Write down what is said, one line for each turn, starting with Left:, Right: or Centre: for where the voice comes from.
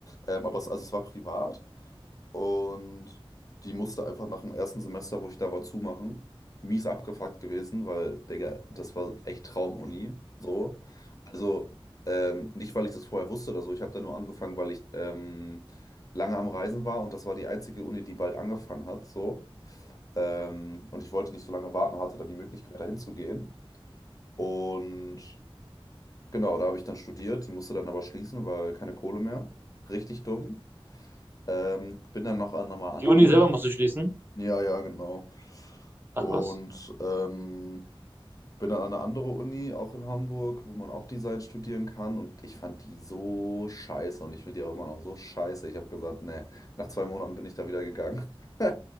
Left: Ähm, aber es, also es war privat. Und die musste einfach nach dem ersten Semester, wo ich da war, zumachen. Mies abgefuckt gewesen, weil, Digga, das war echt Traumuni. So. Also, ähm, nicht, weil ich das vorher wusste oder so. Ich habe da nur angefangen, weil ich ähm, lange am Reisen war und das war die einzige Uni, die bald angefangen hat. So. Ähm, und ich wollte nicht so lange warten, hatte dann die Möglichkeit, dahin zu gehen. Und genau, da habe ich dann studiert. Die musste dann aber schließen, weil keine Kohle mehr. Richtig dumm. Ähm, bin dann noch an, nochmal an
Right: Die
Left: eine
Right: Uni
Left: andere.
Right: selber musst du schließen?
Left: Ja, ja, genau.
Right: Ach
Left: Und
Right: was.
Left: ähm, bin dann an eine andere Uni, auch in Hamburg, wo man auch Design studieren kann. Und ich fand die so scheiße und ich finde die auch immer noch so scheiße. Ich habe gesagt, nee, nach zwei Monaten bin ich da wieder gegangen. <laughs>